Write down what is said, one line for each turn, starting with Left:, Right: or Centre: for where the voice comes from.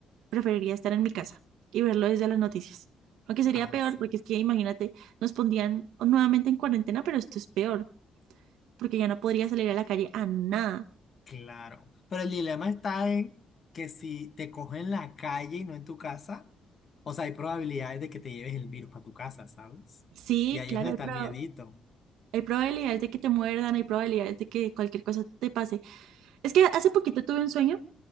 Right: preferiría estar en mi casa y verlo desde las noticias. Aunque sería
Left: Ah,
Right: peor
Left: sí,
Right: porque es que imagínate, nos pondrían nuevamente en cuarentena, pero esto es peor porque ya no podría salir a la calle a nada.
Left: claro. Pero el dilema está en que si te cogen en la calle y no en tu casa, o sea, hay probabilidades de que te lleves el virus para tu casa, ¿sabes?
Right: Sí,
Left: Y ahí
Right: claro,
Left: es donde
Right: hay,
Left: está
Right: pro-
Left: el miedito.
Right: hay probabilidades de que te muerdan, hay probabilidades de que cualquier cosa te pase. Es que hace poquito tuve un sueño,